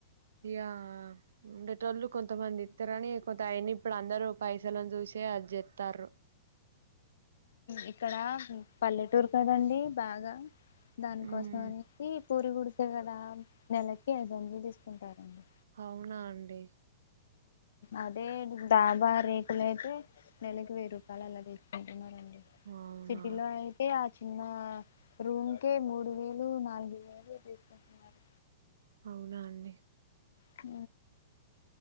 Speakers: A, on the right; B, on the left.
A: ఇయా అంటేటోళ్ళు కొంతమంది ఇస్తారని కొంత అయిన్ని ఇప్పుడు అందరుూ పైసలుని చూసి అ చెతారు
B: ఇక్కడ పల్లెటూరు కదండి బాగా దాని
A: మ్మ్
B: కోసం అనేసి పూరి గుడిసే కదా నెలకి అ జండలు తీసుకుంటారండి
A: అవునా అండి
B: అదే దాబా రేట్లు అయితే నెలకి వెయ్యి రూపాయలు అలా తీచ్చుకుంటున్నారుారండి
A: అవునా
B: సిటీలో అయతే చిన్న రూమ్కే మూడు వేలు నాలుగు వేలు తీసుకుంటున్నారు
A: అవునా అండి
B: హ